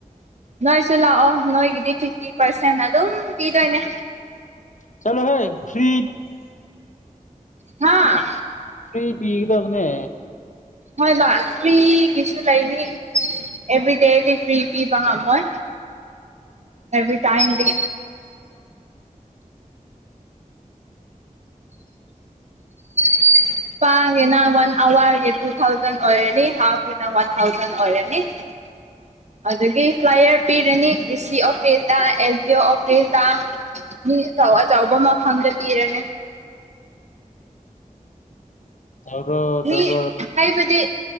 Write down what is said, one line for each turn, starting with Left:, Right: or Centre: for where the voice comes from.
Right: ꯅꯣꯏꯁꯨ ꯂꯥꯛꯑꯣ ꯅꯣꯏꯒꯤꯗꯤ ꯐꯤꯐꯇꯤ ꯄꯥꯔꯁꯦꯟ ꯑꯗꯨꯝ ꯄꯤꯗꯣꯏꯅꯦ
Left: ꯆꯂꯣ ꯍꯦ ꯐꯔꯤ
Right: ꯍꯥꯥ
Left: ꯁꯤ ꯄꯤꯗ ꯑꯗꯨꯅ
Right: ꯍꯣꯏꯕ ꯐꯔꯤꯒꯤꯁꯨ ꯂꯩꯅꯤ ꯑꯦꯚ꯭ꯔꯤ ꯗꯦꯗꯤ ꯐꯔꯤ ꯄꯤꯕꯣꯏ ꯑꯦꯚꯔꯤ ꯇꯥꯏꯗꯤ <unintelligible> <inaudible> ꯄꯥꯒꯤꯅ ꯋꯥꯟ ꯑꯋꯥꯔꯒꯤ ꯇꯨ ꯊꯥꯎꯖꯟ ꯑꯣꯏꯔꯅꯤ ꯍꯥꯐꯀꯤꯅ ꯋꯥꯟ ꯊꯥꯎꯖꯟ ꯑꯣꯏꯔꯅꯤ ꯍꯧ ꯑꯗꯨꯗꯒꯤ ꯐ꯭ꯂꯥꯏꯔ ꯄꯤꯔꯅꯤ ꯗꯤ ꯁꯤ ꯑꯣꯐꯤꯁꯇ ꯑꯦꯜ ꯖꯤ ꯑꯣ ꯑꯣꯐꯤꯁꯇ ꯃꯤ ꯆꯥꯎ ꯑ ꯆꯥꯎꯕ ꯃꯐꯝꯗ ꯄꯤꯔꯅꯦ
Left: ꯇꯧꯔꯣ
Right: ꯃꯤ
Left: ꯇꯧꯔꯣ
Right: ꯍꯥꯏꯩꯕꯗꯤ